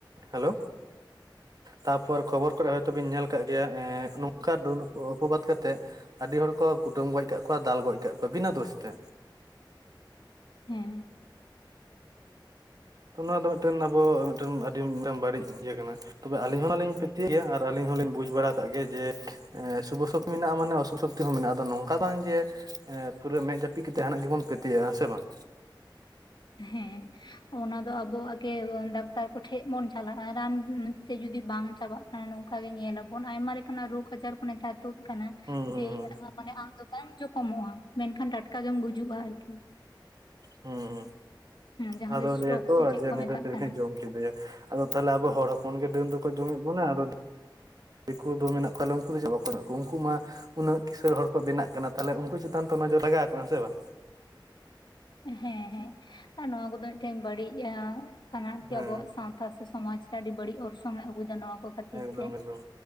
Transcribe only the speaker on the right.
ᱦᱮᱞᱳ ᱛᱟᱯᱚᱨ ᱠᱷᱚᱵᱚᱨ ᱠᱚᱨᱮ ᱦᱚᱭᱛᱚ ᱵᱤᱱ ᱧᱮᱞ ᱠᱟᱜ ᱜᱮᱭᱟ ᱮᱸ ᱱᱚᱝᱠᱟ ᱰᱟᱹᱱ ᱚᱼᱚᱯᱵᱟᱫ ᱠᱟᱛᱮᱜ ᱟᱹᱰᱤ ᱦᱚᱲ ᱠᱚ ᱠᱩᱴᱟᱹᱢ ᱜᱚᱡ ᱠᱟᱜ ᱠᱚᱣᱟ ᱫᱟᱞ ᱜᱚᱡ ᱠᱟᱜ ᱠᱚᱣᱟ ᱵᱤᱱᱟᱹ ᱫᱳᱥ ᱛᱮ
ᱛᱚ ᱱᱚᱣᱟ ᱫᱚ ᱢᱤᱫᱴᱮᱱ ᱟᱵᱚ ᱢᱤᱫᱴᱮᱱ ᱟᱹᱰᱤ ᱢᱤᱴᱟᱝ ᱵᱟᱹᱲᱤᱡ ᱤᱭᱟᱹ ᱠᱟᱱᱟ ᱛᱚᱵᱮ ᱟᱹᱞᱤᱧ ᱦᱚᱞᱤᱧ ᱯᱟᱹᱛᱭᱟᱹᱜ ᱜᱮᱭᱟ ᱟᱨ ᱟᱹᱞᱤᱧ ᱦᱚᱞᱤᱧ ᱵᱩᱡᱽ ᱵᱟᱲᱟ ᱠᱟᱜ ᱜᱮᱭᱟ ᱡᱮ ᱮᱸ ᱥᱩᱵᱚ ᱥᱩᱠ ᱢᱮᱱᱟᱜᱼᱟ ᱢᱟᱱᱮ ᱚᱥᱩᱠ ᱥᱚᱠᱛᱤ ᱦᱚᱸ ᱢᱮᱱᱟᱜᱼᱟ ᱟᱫᱚ ᱱᱚᱝᱠᱟ ᱵᱟᱝ ᱡᱮ <unintelligible> ᱯᱩᱨᱟᱹ ᱢᱮᱸᱫ ᱡᱟᱹᱯᱤᱫ ᱠᱟᱛᱮᱮᱫ ᱡᱟᱦᱱᱟᱜ ᱜᱮᱵᱚᱱ ᱯᱮᱛᱭᱟᱹᱜᱼᱟ ᱦᱮᱸ ᱥᱮ ᱵᱟᱝ
ᱦᱩᱸ ᱦᱩᱸ
ᱦᱩᱸ ᱦᱩᱸ
ᱟᱫᱚ
ᱞᱟᱹᱭᱟ
ᱠᱩ
ᱡᱮ ᱩᱱᱤ
ᱫᱚ ᱰᱟᱹᱱᱮ
ᱡᱚᱢ ᱠᱮᱫᱮᱭᱟ ᱟᱫᱚ ᱛᱟᱦᱚᱞᱮ ᱟᱵᱚ ᱦᱚᱲ ᱦᱚᱯᱚᱱ ᱜᱮ ᱰᱟᱹᱱ ᱫᱚᱠᱚ ᱡᱚᱢᱮᱫ ᱵᱚᱱᱟ ᱟᱫᱚ ᱫᱤᱠᱩ ᱫᱚ ᱢᱮᱱᱟᱜ ᱠᱚᱣᱟᱞᱮ ᱩᱱᱠᱩ ᱫᱚ ᱪᱮᱫ ᱵᱟᱠᱚ ᱦ ᱠᱚᱣᱟ ᱩᱱᱠᱩ ᱢᱟ ᱩᱱᱟᱹᱜ ᱠᱤᱥᱬ ᱦᱚᱲ ᱠᱚ ᱵᱮᱱᱟᱜ ᱠᱟᱱᱟ ᱛᱟᱦᱞᱮ ᱩᱱᱠᱩ ᱪᱮᱛᱟᱱ ᱛᱚ ᱱᱚᱡᱚᱨ ᱞᱟᱜᱟᱣ ᱠᱚᱼᱟ ᱦᱮᱸ ᱥᱮ ᱵᱟᱝ
ᱦᱮᱸ
ᱮᱠᱫᱚᱢ
ᱮᱠᱫᱚᱢ